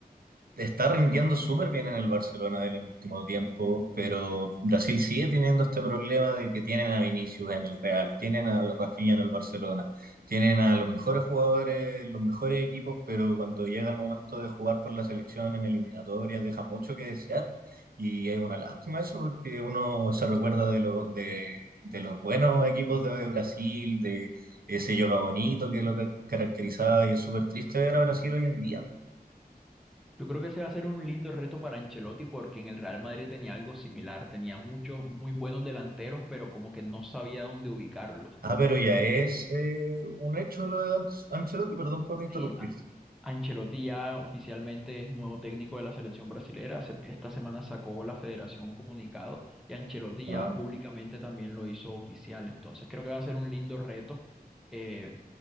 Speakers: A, on the right; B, in the centre.
A: Está rindiendo súper bien en el Barcelona él en el último tiempo, pero Brasil sigue teniendo este problema de que tienen a Vinicius en el Real, tienen a Rafinha en el Barcelona, tienen a los mejores jugadores, los mejores equipos, pero cuando llega el momento de jugar por la selección en eliminatorias deja mucho que desear y es una lástima eso porque uno se recuerda de, lo- de, de los buenos equipos de Brasil, de ese yoga bonito que lo ca- caracterizaba y es súper triste ver a Brasil hoy en día.
B: Yo creo que ese va a ser un lindo reto para Ancelotti porque en el Real Madrid tenía algo similar, tenía muchos muy buenos delanteros, pero como que no sabía dónde ubicarlos.
A: Ah, pero
B: En
A: ya
B: este-
A: es eh, un hecho lo de Ancelotti, perdón por interrumpirte.
B: sí, Ancelotti ya oficialmente es nuevo técnico de la selección brasilera. Se- Esta semana sacó la federación un comunicado y Ancelotti
A: Ah,
B: ya públicamente también lo hizo oficial. Entonces creo que va a ser un lindo reto eh,